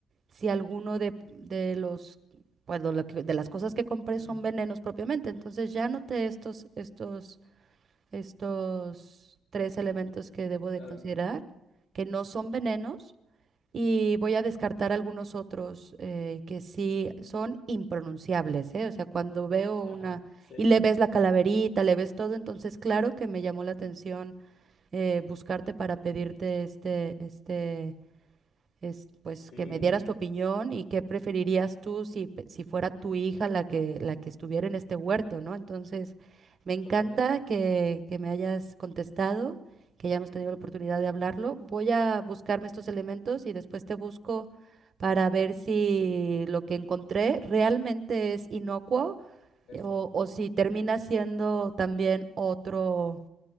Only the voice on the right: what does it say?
si alguno de, de los, pues, lo que- de las cosas que compré
son venenos propiamente. Entonces ya noté estos, estos, estos tres elementos que debo de
considerar, que no son venenos y voy a descartar algunos otros eh, que sí son impronunciables, ¿eh? O sea, cuando veo
una
y le ves la calaverita, le ves todo, entonces claro que me llamó la atención eh, buscarte para pedirte este, este es, pues
que me dieras tu opinión y qué preferirías tú si, pe- si fuera tu hija la que, la que estuviera en este huerto, ¿no? Entonces, me encanta
que, que me hayas contestado, que hayamos tenido la oportunidad de hablarlo. Voy a buscarme estos elementos y después te busco para ver si lo que encontré realmente es inocuo
eh, o, o si termina siendo también otro,